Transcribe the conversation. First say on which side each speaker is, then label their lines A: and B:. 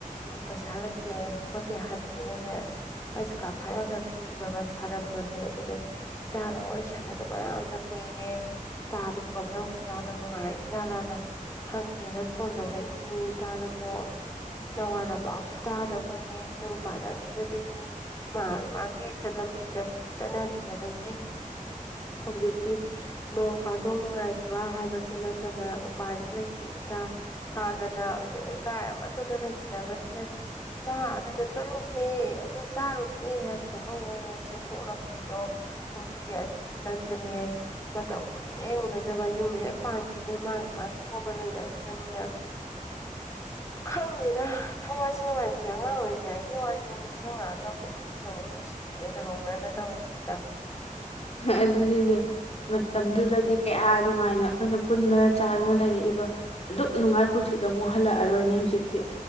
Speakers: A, on the left; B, on the left.
A: ꯄꯩꯁꯥ ꯂꯩꯇꯦ ꯈꯣꯠꯇꯦ ꯍꯥꯏꯕꯗꯨꯗꯅꯦ ꯑꯩꯁꯦ ꯀꯥꯈꯠꯂꯒ ꯐꯤꯒꯒ ꯁꯥꯔꯝꯃꯅꯤ ꯑꯗꯨꯗꯤ ꯏꯇꯥꯒ ꯋꯥꯔꯤ ꯁꯥꯟꯅꯗꯕ ꯌꯥꯝꯅ ꯀꯨꯏꯔꯦ ꯇꯥꯗꯕꯨ ꯀꯝꯅꯧꯔꯤ ꯑꯣꯖꯥꯅ ꯅꯨꯡꯉꯥꯏ ꯏꯖꯥꯂꯥꯅ ꯍꯪꯒꯦꯅ ꯐꯣꯟ ꯇꯧꯔꯛꯏꯅꯦ ꯏꯇꯥ ꯅꯪꯕꯣ ꯅꯋꯥ ꯅ ꯄꯥꯎꯁꯨ ꯇꯥꯗ ꯀꯨꯏꯔꯦ ꯌꯨꯝ ꯄꯥꯟꯅꯈꯤꯕꯗꯒꯤ ꯃꯥ ꯃꯥꯒꯤ ꯆꯠꯂꯝꯕꯤꯗ ꯆꯠꯅꯈꯤꯕꯗꯒꯤ ꯍꯧꯖꯤꯛꯇꯤ ꯅꯣꯡ ꯐꯥꯗꯣꯛ ꯅꯨꯡꯉꯥꯏꯔꯤꯕ ꯍꯥꯏꯕꯁꯤ ꯅꯠꯇꯅ ꯎꯄꯥꯏꯗꯤ ꯂꯩꯇꯦ ꯏꯇꯥ ꯍꯥꯟꯅꯅ ꯂꯩꯀꯥꯏ ꯑꯃꯠꯇꯗ ꯂꯩꯃꯤꯟꯅꯕꯅꯤꯅ ꯏꯇꯥ ꯑꯗꯨꯗ ꯆꯠꯂꯨꯁꯦ ꯑꯗꯨ ꯆꯥꯔꯨꯁꯦ ꯍꯥꯏꯕꯗ ꯍꯧ ꯍꯧ ꯍꯧꯁꯦ ꯊꯣꯛꯂꯕꯅꯤꯗꯣ ꯍꯧꯖꯤꯛꯇꯤ ꯑꯗꯨꯁꯨ ꯅꯠꯇ꯭ꯔꯦ ꯃꯇꯝ ꯀꯨꯏꯔꯦ ꯎꯅ ꯑꯗꯨꯒ ꯌꯨꯝ ꯍꯦꯛ ꯄꯥꯟꯈꯤꯕꯗꯒꯩ ꯃꯥꯒꯤ ꯃꯥꯒꯤ ꯊꯣꯛꯄ ꯂꯩꯅꯈꯤꯕꯅꯤꯅ ꯈꯪꯗꯦꯗ ꯊꯋꯥꯏꯁꯤ ꯅꯨꯡꯉꯥꯏꯇꯦ ꯑꯉꯥꯡ ꯑꯣꯏꯔꯤꯉꯥꯏꯒꯤ ꯋꯥꯔꯤꯗꯣ ꯅꯤꯡꯁꯤꯡꯉꯛꯑꯒ ꯄꯨꯛꯅꯤꯡꯁꯦ ꯑꯃꯨꯛ ꯅꯨꯡꯁꯤꯔꯛꯑꯦꯅ ꯍꯧꯅꯅ ꯇꯧꯔꯤꯁꯦ ꯏꯇꯥ
B: ꯑꯗꯨꯗꯤꯅꯦ ꯃꯇꯝꯗꯨꯗꯗꯤ ꯀꯌꯥ ꯅꯨꯡꯉꯥꯏꯅ ꯑꯩꯈꯣꯏꯅ ꯄꯨꯟꯂ ꯆꯥꯗꯅ ꯂꯩꯔꯛꯏꯕ ꯑꯗꯨꯛ ꯅꯨꯡꯉꯥꯏ ꯄꯨꯟꯁꯤꯗꯣ ꯑꯃꯨꯛ ꯍꯜꯂꯛꯑꯔꯣꯏꯅꯦ ꯍꯧꯖꯤꯛꯇꯤ